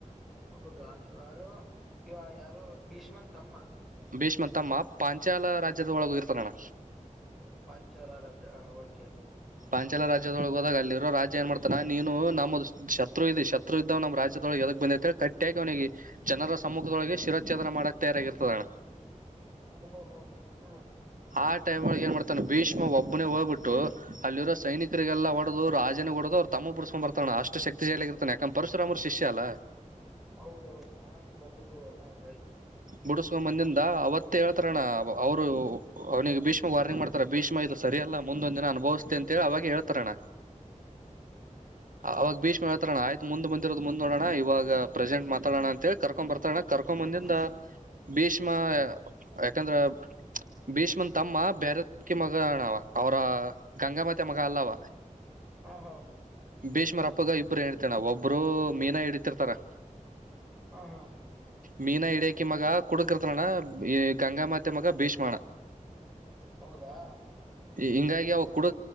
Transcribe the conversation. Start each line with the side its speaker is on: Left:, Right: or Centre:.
Centre: ಹೌದ ಇವ ಯಾರು ಇವ ಯಾರು ದುಶ್ಮನ್ ತಮ್ಮ
Right: ಭೀಷ್ಮ ತಮ್ಮ ಪಾಂಚಾಲ ರಾಜ್ಯದ ಒಳಗ ಇರ್ತಾನ ನಣ್ಣ
Centre: ಪಾಂಚಾಲ ರಾಜ ಓಕೆ
Right: ಪಾಂಚಾಲ ರಾಜ್ಯದೊಳಗೆ ಹೋದಾಗ ಅಲ್ಲಿರೋ ರಾಜ್ಯ ಏನ್ ಮಾಡ್ತಾನ ನೀನು ನಮದು ಶತ್ರು ಇ ಶತ್ರು ಇದ್ದಾವ ನಮ್ಮ ರಾಜ್ಯದೊಳಗೆದ ಬಂದ ಅಂತೇಳ ಕಟ್ಟಿಯಾಗಿ ಅವನಿಗೆ ಜನರ ಸಮ್ಮುಖದೊಳಗೆ ಶಿರಾಚ್ಛೇದನ ಮಾಡಕಕ್ ತಯಾರಾಗಿರ್ತದಣ
Centre: ಓ ಹೋ ಹ ಹ ಹ್ಮ
Right: ಆ ಟೈಮ್ಲ್ ಏನ್ ಮಾಡತಾನ ಭೀಷ್ಮ ಒಬ್ನೇ ಹೋಗ್ಬಟ್ಟು ಅಲ್ಲಿರೋ ಸೈನಿಕರಿಗೆಲ್ಲ ಹೊಡೆಡದು ರಾಜನ ಹೊಡದು ಅವ್ರು ತಮ್ಮ ಬಿಡ್ಸ್ಕೊಂಡ್ ಬರ್ತಾನಣ ಅಷ್ಟು ಶಕ್ತಿ ಇರ್ತೆ ಅಕ ಪರಶರಾಮ್ ಶಿಷ್ಯ ಅಲ್ಲ
Centre: ಹೌದೌದು ನಾನ್ ದೊಡ್ಡ ಗುರು ಹ ರೈಟ್ ಹ
Right: ಬುಡಸ್ಕೊ ಬಂದಿಂದ ಅವತ್ತೇ ಹೇಳ್ತಾರ ಅಣ್ಣ ಅವರು ಅವನಿಗೆ ಭೀಷ್ಮಕ್ ವಾರ್ನಿಂಗ್ ಮಾಡ್ತಾರ ಭೀಷ್ಮ ಇದು ಸರಿಯಲ್ಲ ಮುಂದೊಂದ್ ದಿನ ಅನುಭವಿಸತೆ ಅಂತೇಳಿ ಅವಾಗ ಹೇಳ್ತಾರಣ್ಣ
Centre: ಹ್ಮ್
Right: ಅವಾಗ ಭೀಷ್ಮೆ ಹತ್ರಣ ಆಯತು ಮುಂದ್ ಬಂದಿರೋದ ಮು ನೋಡೋಣ ಇವಾಗ
Centre: ಹಾ
Right: ಪ್ರೆಸೆಂಟ್ ಮಾತಾಡೋಣ ಅಂತೇಳಿ ಕರ್ಕೊ ಬರ್ತಾಣ ಕರ್ಕೊ ಬಂದಿಂದ ಭೀಷ್ಮ ಯಾಕಂದ್ರ ಭೀಷ್ಮನ ತಮ್ಮ ಬೇರೆಕಿ ಮಗಣವ ಅವ್ರ ಗಂಗಮತೆ ಮಗ ಅಲ್ಲವ
Centre: ಹಾ ಹಾ
Right: ಭೀಷ್ಮರ ಅಪ್ಪಗ ಇಬ್ಬರು ಹಳ್ತೇಣ ಒಬ್ರು ಮೀನಾ ಹಿಡತಿರ್ತಾರ
Centre: ಹಾ ಹಾ ಹ
Right: ಮೀನಾ ಹಿಡಿಯಕಿ ಮಗ ಕುಡಕರ್ತಣ್ಣ ಈ ಗಂಗಾಮತೆ ಮಗ ಭೀಷ್ಮಾಣ
Centre: ಹೌದಾ ಹ
Right: ಹಿಂಗಾಗಿ ಅವ ಕುಡ